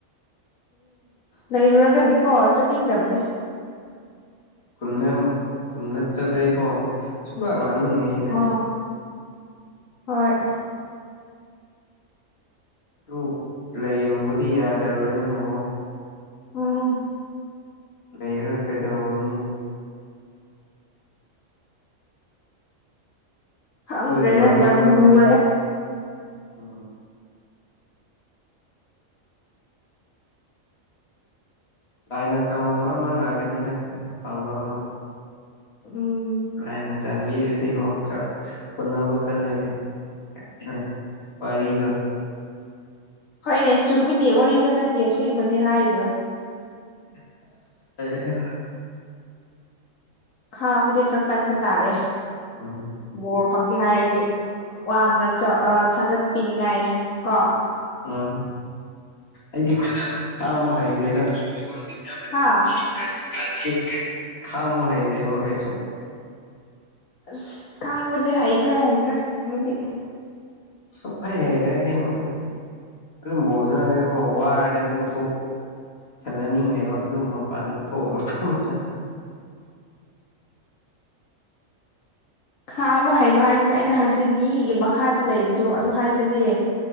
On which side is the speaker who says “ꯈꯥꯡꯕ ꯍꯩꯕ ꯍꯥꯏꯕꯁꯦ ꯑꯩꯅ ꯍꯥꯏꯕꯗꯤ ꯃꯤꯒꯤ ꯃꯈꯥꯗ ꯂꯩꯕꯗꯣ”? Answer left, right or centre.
Left